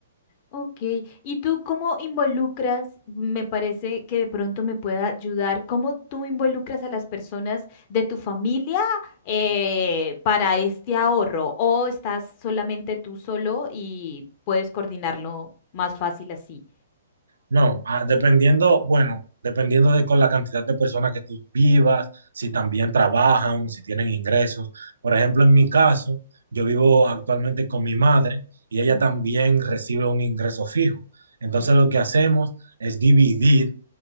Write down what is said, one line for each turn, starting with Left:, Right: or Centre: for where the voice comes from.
Left: Ok, ¿y tú cómo involucras? Me parece que de pronto me pueda ayudar. ¿Cómo tú involucras a las personas de tu familia eh, para este ahorro? ¿O estás solamente tú solo y puedes coordinarlo más fácil así?
Right: No, ah, dependiendo, bueno, dependiendo de con la cantidad de personas que tú vivas, si también trabajan, si tienen ingresos. Por ejemplo, en mi caso, yo vivo actualmente con mi madre y ella
Left: Mm,
Right: también recibe un ingreso fijo. Entonces,
Left: mm.
Right: lo que hacemos es dividir